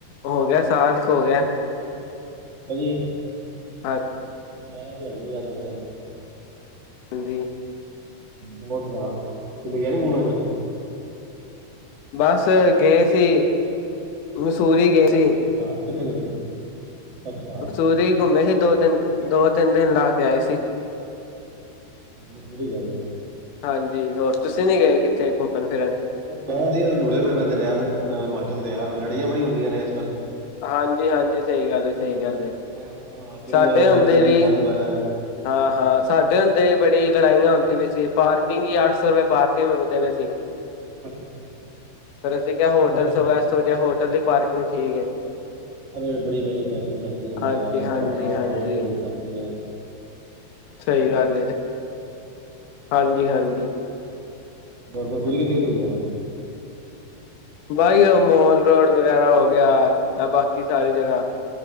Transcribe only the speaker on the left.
ਹੋ ਗਿਆ ਸਾਲ ਕੁ ਹੋ ਗਿਆ।
ਅੱਛ
ਦਿਲ ਜੀ
ਬਸ ਗਏ ਸੀ ਮਸੂਰੀ ਗਏ ਸੀ।
ਮਸੂਰੀ ਘੁੰਮੇ ਸੀ ਦੋ ਦਿਨ ਦੋ ਤਿੰਨ ਦਿਨ ਲਾ ਕੇ ਆਏ ਸੀ।
ਹਾਂਜੀ ਹੋਰ ਤੁਸੀਂ ਨੀ ਗਏ ਕਿੱਥੇ ਘੁੰਮਣ ਫਿਰਨ।
ਹਾਂਜੀ ਹਾਂਜੀ ਸਹੀ ਗੱਲ ਏ ਸਹੀ
ਗੱਲ ਏ
ਸਾਡੇ
ਹੁੰਦੇ
ਵੀ।
ਹਾਂ ਹਾਂ ਸਾਡੇ ਹੁੰਦੇ ਵੀ ਬੜੀ ਲੜਾਈਆਂ ਹੁੰਦੀਆਂ ਪਈਆਂ ਸੀ ਪਾਰਕਿੰਗ ਹੀ ਅੱਠ ਸੌ ਰੁਪਏ ਪਾਰਕਿੰਗ ਮੰਗਦੇ ਪਏ ਸੀ।
ਫਿਰ ਅਸੀਂ ਕਿਹਾ ਹੋਟਲ
ਚ ਰੈਸਟ ਹੋ ਜਾਏ ਹੋਟਲ ਦੀ ਪਾਰਕਿੰਗ ਠੀਕ ਹੈ।
ਹਾਂਜੀ-ਹਾਂਜੀ-ਹਾਂਜੀ
ਸਹੀ ਗੱਲ ਏ ਹਾਂਜੀ ਹਾਂਜੀ।
ਬਾਈ ਉਹ ਮੋਲ ਰੋਡ ਵਗੈਰਾ ਹੋ ਗਿਆ ਇਹ ਬਾਕੀ ਸਾਰੀ ਜਗ੍ਹਾ।